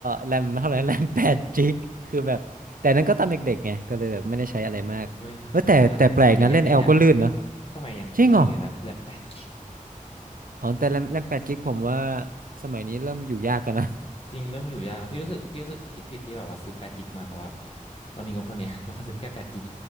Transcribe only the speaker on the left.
<laughs> โอ้ยแต่สมัยนี้ก็ยังมีนะ
สมัยยังนี้ยังมีอยู่นะแรมแปดกิก
จริงเริ่มอยู่ยากแล้วพี่รู้สึกพี่รู้สึกคิดผิดที่แบบว่าซื้อแปดกิกมาแต่ว่าเรามีงบเท่าเนี้ย <laughs> เราก็ซื้อได้แค่แปดกิก